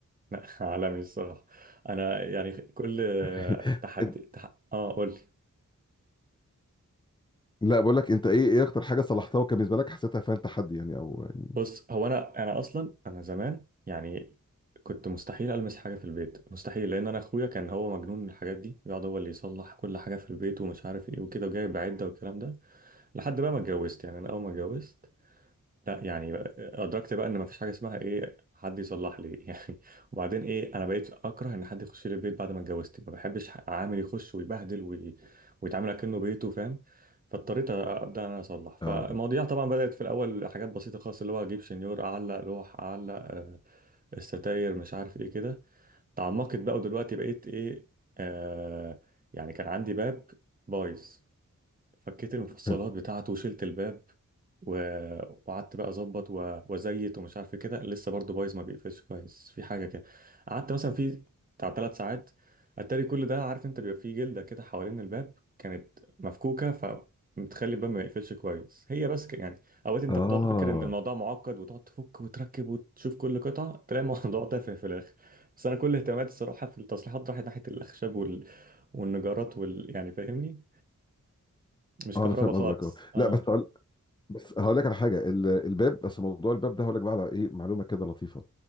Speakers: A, on the right (about 30°); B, on the left (about 15°).
A: لا <laughs> عالمي الصراحة أنا يعني كل
B: <laughs>
A: تحدي تح... آه قول لي
B: لا بقول لك انت ايه ايه اكتر حاجه صلحتها وكان بالنسبه لك حسيتها فيها تحدي يعني او يعني
A: بص هو أنا أنا أصلا أنا زمان يعني كنت مستحيل ألمس حاجة في البيت مستحيل لأن أنا أخويا كان هو مجنون الحاجات دي يقعد هو اللي يصلح كل حاجة في البيت ومش عارف إيه وكده وجايب عدة والكلام ده لحد بقى ما اتجوزت يعني أنا أول ما اتجوزت لا يعني ادركت بقى ان مفيش حاجه اسمها ايه حد يصلح لي <laughs> يعني وبعدين ايه انا بقيت اكره ان حد يخش لي البيت بعد ما اتجوزت ما بحبش عامل يخش ويبهدل وي... ويتعامل اكنه بيته فاهم فاضطريت أ- ابدا انا اصلح فالمواضيع
B: اه
A: طبعا بدات في الاول حاجات بسيطه خالص اللي هو اجيب شنيور اعلق لوح اعلق آه، الستاير مش عارف ايه كده تعمقت بقى ودلوقتي بقيت ايه آه يعني كان عندي باب بايظ فكيت المفصلات
B: حلو
A: بتاعته وشلت الباب و... وقعدت بقى اظبط و... وازيت ومش عارف إيه كده لسه برضه بايظ ما بيقفلش كويس في حاجه كده قعدت مثلا في بتاع ثلاث ساعات اتاري كل ده عارف انت بيبقى فيه جلده كده حوالين الباب كانت مفكوكه فمتخلي الباب ما يقفلش كويس هي بس ك... يعني اوقات انت
B: اه
A: بتقعد فاكر ان الموضوع معقد وتقعد تفك وتركب وتشوف كل قطعه تلاقي الموضوع <laughs> تافه في الاخر بس انا كل اهتماماتي الصراحه في التصليحات راحت ناحيه الخشب وال... والنجارات وال... يعني فاهمني مش
B: اه
A: كهربا
B: انا فاهم
A: خالص
B: قصدك اه
A: اه
B: لا بس هقول بس هقول لك على حاجه ال- الباب بس موضوع الباب ده هقول لك بقى على ايه معلومه كده لطيفه